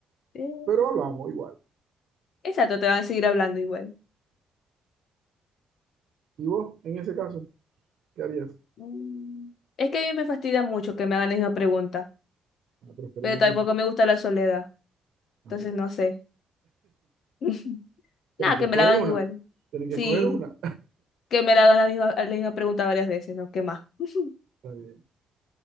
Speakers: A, on the left; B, on the right.
A: Eh,
B: pero hablamos igual.
A: Exacto, te van a seguir hablando igual.
B: ¿Y vos, en ese caso, qué harías?
A: Mm. Es que a mí me fastidia mucho que me hagan la misma pregunta,
B: Ah, Preferiendo
A: pero tampoco
B: eso.
A: me gusta la soledad,
B: Ah,
A: entonces no sé. <laughs>
B: Tenés
A: Nada,
B: que
A: que
B: escoger
A: me la hagan
B: una.
A: igual.
B: Tenés que
A: Sí,
B: escoger una.
A: que me la hagan la misma, la misma pregunta varias veces, ¿no? ¿Qué más? <laughs>
B: Está bien.